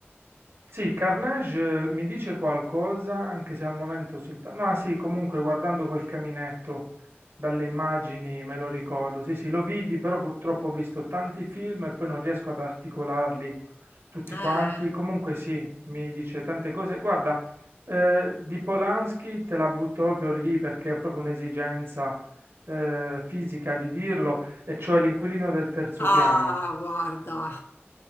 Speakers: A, on the right; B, on the left.
A: Sì, Carnage eh, mi dice qualcosa, anche se al momento soltanto... No, ah, sì, comunque guardando quel caminetto dalle immagini me lo ricordo. Sì, sì, lo vidi, però purtroppo ho visto tanti film e poi non riesco ad articolarli tutti
B: Eh,
A: quanti. Comunque sì, mi dice tante cose. Guarda, eh, di Polanski te la butto proprio lì perché è proprio un'esigenza eh, fisica di dirlo, e cioè l'inquilino del terzo
B: Ah,
A: piano.
B: guarda,